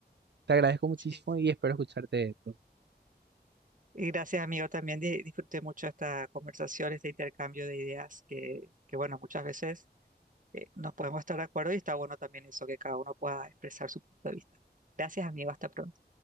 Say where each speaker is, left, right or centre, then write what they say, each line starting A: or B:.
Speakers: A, on the right; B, on the right.
A: te agradezco muchísimo
B: Sí.
A: y espero escucharte pronto.
B: Y gracias, amigo. También di- disfruté mucho esta conversación, este intercambio de ideas que, que bueno, muchas veces eh, nos podemos estar de acuerdo y está bueno también eso, que cada uno pueda expresar su punto de vista. Gracias, amigo. Hasta pronto.